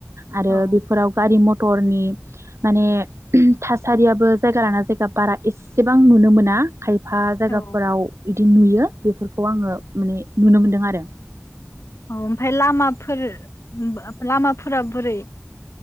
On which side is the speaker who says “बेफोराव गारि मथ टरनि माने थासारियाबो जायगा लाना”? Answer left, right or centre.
Right